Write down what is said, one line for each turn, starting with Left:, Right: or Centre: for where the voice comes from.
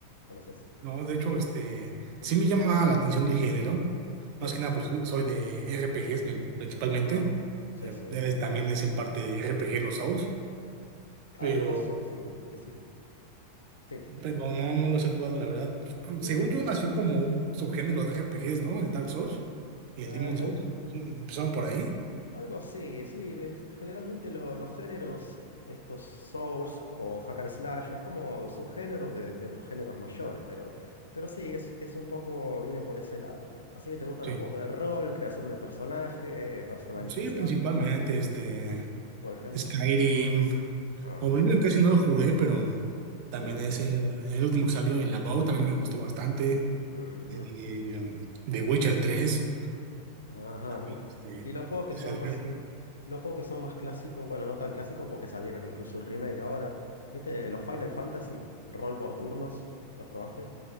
Left: ¿Conoces?
Right: No, de hecho, este,
Left: ¿Mm?
Right: sí me llama la atención el género. Más
Left: Sí.
Right: que nada porque soy soy de RPGs, me gu- principalmente.
Left: Ajá. Sí,
Right: Eh,
Left: sí.
Right: eh, También es en parte RPG los Souls,
Left: Algunos
Right: pero,
Left: Souls, sí, sí, sí. Sí.
Right: pero no, no los he jugado, la verdad.
Left: Ujú.
Right: Según yo, nació como un subgénero de RPGs, ¿no? De Dark Souls. y
Left: Eh,
Right: el Demon Souls. Sí, Empezaron por ahí.
Left: Algo así, sí. de- Generalmente lo- los géneros, estos Souls o Hack and Slash, es como subgéneros de, de otros géneros mayores, pero, pero sí, es, es un poco, viene por ese lado. Así que te gustan
Right: Sí.
Left: los juegos de rol, creación de personaje, personalización,
Right: Sí, principalmente este
Left: ujú, Por ejemplo.
Right: Skyrim.
Left: Ajá.
Right: Oblivion casi no lo jugué, pero también
Left: ujú,
Right: ese, el último que salió, el About, también me gustó bastante.
Left: ujú,
Right: Y, um, The Witcher tres
Left: Ajá.
Right: también
Left: Y, te-
Right: este,
Left: y los juegos que
Right: que
Left: son
Right: se advierte.
Left: más, los juegos que son más clásicos, bueno, no tan clásicos porque salieron incluso remake ahora. ¿Viste los Final Fantasy? Rol por turnos, ¿los probaste?